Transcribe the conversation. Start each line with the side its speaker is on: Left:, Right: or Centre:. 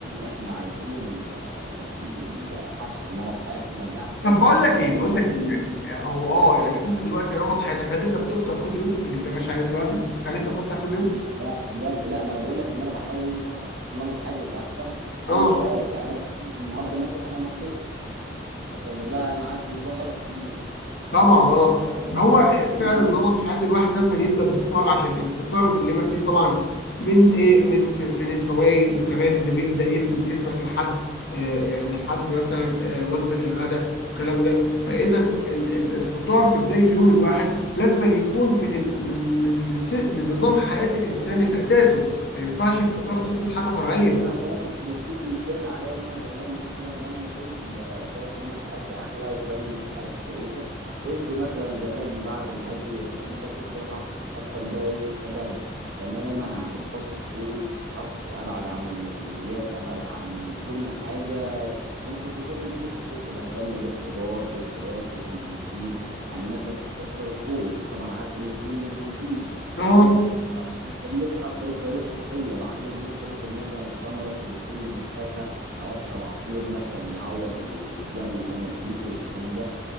Right: احنا عايزين آه، نحسن نمط حياتنا لاحسن
Left: طب بقول لك
Right: فلازم
Left: ايه بقول
Right: اكل
Left: لك ايه يعني هو اه يعني انت دلوقتي نمط حياتك هل انت بتفطر كل يوم اللي انت ماشي عليه دلوقتي هل انت بتفطر كل يوم
Right: لا دلوقتي لا ما انا بقول لك ان انا بحاول دي فتره حاسس ان نمط حياتي للاحسن
Left: اه
Right: انا مش عارف يعني انا بكلمك النهارده مثلا انا ما فطرتش انت فاهم وده انا عارف ان ده غلط كبير
Left: طبعا اه
Right: انت فاهم لكن
Left: هو
Right: زمان
Left: فعلا نمط حياة الواحد لازم يبدأ بفطار عشان الفطار اللي ما فيه طبعا من ايه من من من الفوائد وكمان ان بيبدأ يسند جسمك لحد آه، آه، لحد مثلا آه، وجبة الغداء والكلام ده فإذا ال- ال- الفطار في بداية يوم الواحد لازم يكون من ال من من من, س- من نظام حياة الإنسان الأساسي ما ينفعش الفطار
Right: بس
Left: ده يكون
Right: كده.
Left: حاجة فرعية
Right: انا فعلا كنت بديك مثال عليا انا زمان مثلا لما كنت ب... كانت نمط حياتي احلى وكان حياتي كويسه كنت مثلا زمان بعد ما اجري والكلام ده كنت اروح افطر افطر بقى ايه كنت ابعد تماما عن الفاست فود أفطر... ابعد عن المقليات ابعد عن كل حاجه ممكن تضر الجسم كنت بهتم بالخضار بالفواكه بالبروتين يعني مثلا كنت افطر الفول وانت طبعا عارف ان الفول من البروتين
Left: اه
Right: تمام بس افطر بطريقه افطر بطريقه صحيه بعديها ممكن اخد مثلا ثمره ثمرتين من الفاكهه او اشرب عصير مثلا يعوض ال- الجري اللي انا جريته والكلام ده